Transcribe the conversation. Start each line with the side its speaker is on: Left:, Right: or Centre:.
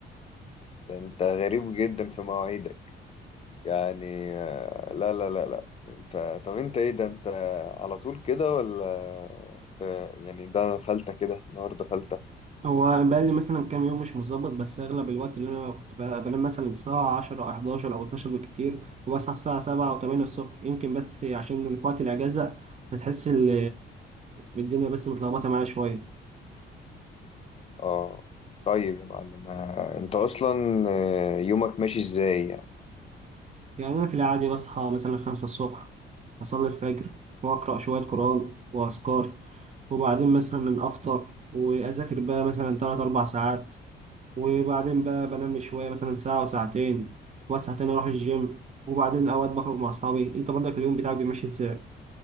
Left: ده انت غريب جدا في مواعيدك يعني آه، لا لا لا لا انت طب انت ايه ده انت على طول كده ولا ب... يعني ده فلتة كده النهارده فلتة
Right: هو بقى لي مثلا كام يوم مش متظبط بس اغلب الوقت اللي انا كنت بقى بنام مثلا الساعة 10 او 11 او 12 بالكتير وبصحى الساعة 7 او 8 الصبح يمكن بس عشان في وقت الاجازة فتحس ال- الدنيا بس متلخبطة معايا شوية
Left: اه طيب يا معلم آه، انت اصلا آه، يومك ماشي ازاي يعني
Right: يعني أنا في العادي بصحى مثلا خمسة الصبح أصلي الفجر وأقرأ شوية قرآن وأذكار وبعدين مثلا أفطر وأذاكر بقى مثلا تلات أربع ساعات وبعدين بقى بنام شوية مثلا ساعة وساعتين وأصحى تاني أروح الجيم وبعدين أوقات بخرج مع أصحابي أنت برضك اليوم بتاعك بيمشي إزاي؟